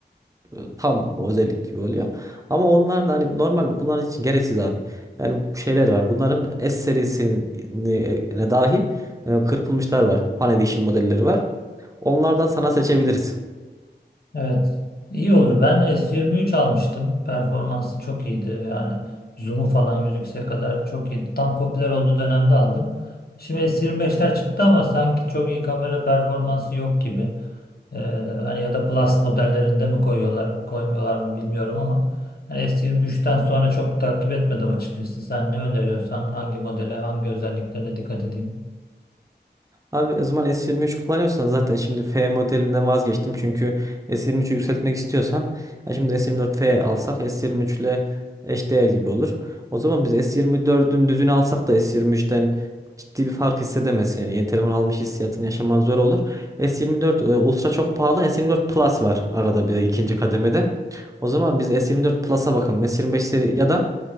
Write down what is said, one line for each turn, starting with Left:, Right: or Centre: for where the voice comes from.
Right: e, tam o özellik gibi oluyor. Ama onlar da hani normal bir kullanıcı için gereksiz abi. Yani şeyler var. Bunların S serisine dahil e, kırpılmışlar var. Fan Edition modelleri var. Onlardan sana seçebiliriz.
Left: Evet. İyi olur. Ben S23 almıştım. Performansı çok iyiydi. Yani zoom'u falan 100x'e kadar çok iyiydi. Tam popüler olduğu dönemde aldım. Şimdi S25'ler çıktı ama sanki çok iyi kamera performansı yok gibi. Ee, hani ya da Plus modellerinde mi koyuyorlar, koymuyorlar mı bilmiyorum ama yani S23'ten sonra çok takip etmedim açıkçası. Sen ne öneriyorsan hangi modele, hangi özelliklerine dikkat edeyim?
Right: Abi o zaman S23 kullanıyorsan zaten şimdi F modelinden vazgeçtim. Çünkü S23'ü yükseltmek istiyorsan ya şimdi S24 F alsak S23 ile eşdeğer gibi olur. O zaman biz S24'ün düzünü alsak da S23'ten ciddi bir fark hissedemezsin. Yani yeni telefon almış hissiyatını yaşaman zor olur. S24 e, Ultra çok pahalı. S24 Plus var arada bir de ikinci kademede. O zaman biz S24 Plus'a bakalım. S25 seri ya da